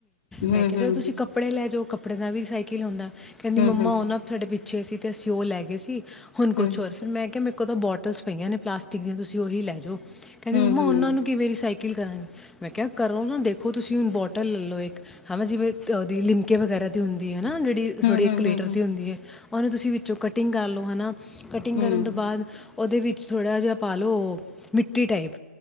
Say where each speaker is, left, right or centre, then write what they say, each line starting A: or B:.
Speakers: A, on the left; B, in the centre.
A: ਹੂੰ
B: ਮੈਂ ਕਿਹਾ
A: ਹੂੰ ਹੂੰ
B: ਚਲੋ ਤੁਸੀਂ ਕੱਪੜੇ ਲੈ ਜਾਓ ਪੰਜਾਬੀ ਸਾਈਕਲ ਹੁੰਦਾ ਕਹਿੰਦੀ ਮੰਮਾ
A: ਹੂੰ ਹੂੰ
B: ਉਹ ਨਾ ਤੁਹਾਡੇ ਵੀ ਸੀ ਤੇ ਅਸੀਂ ਉਹ ਲੈ ਗਏ ਸੀ। ਹੁਣ ਕੁਝ
A: ਹੂੰ
B: ਹੋਰ, ਫਿਰ ਮੈਂ ਕਿਹਾ ਮੈਨੂੰ ਇਕ ਦੋ ਬੋਟਲਸ ਪਈਆਂ ਨੇ ਪਲਾਸਟਿਕ ਦੀਆਂ ਤੁਸੀਂ ਉਹੀ ਲੈ ਜਾਓ। ਕਹਿੰਦੀ
A: ਹੂੰ
B: ਮੰਮਾ
A: ਹੂੰ
B: ਉਹਨਾਂ ਨੂੰ ਕੀਵੇਂ ਰਿਸਾਈ ਕੀ ਕਰਾਂਗੇ। ਮੈਂ ਕਿਹਾ ਕਰੋ ਨਾ ਦੇਖੋ ਤੁਸੀਂ ਹੁਣ ਬੋਟਲ ਲੈ ਲਓ ਇਕ ਹਾਂ ਜਿਵੇਂ ਇਕ ਤੇ ਉਦੀ ਜਿਵੇਂ ਲਿਮ ਕੇ ਵਗੈਰਾ ਦੀ ਹੁੰਦੀ ਹੈ। ਨਾ ਜਿਹੜੀ
A: ਹੂੰ
B: ਥੋੜੀ
A: ਹੂੰ
B: ਇੱਕ ਲੀਟਰ
A: ਹੂੰ
B: ਦੀ ਹੁੰਦੀ ਹੈ। ਉਹਨੂੰ ਤੁਸੀਂ ਵਿੱਚੋਂ ਕਟਿੰਗ ਕਰ ਲਓ, ਹਨਾ। ਕਟਿੰਗ
A: ਹੂੰ,
B: ਕਰਨ ਤੋਂ ਬਾਅਦ ਉਹਦੇ ਵਿੱਚ ਥੋੜਾ ਜਿਹਾ ਪਾ ਲਓ ਮਿੱਟੀ ਟਾਈਪ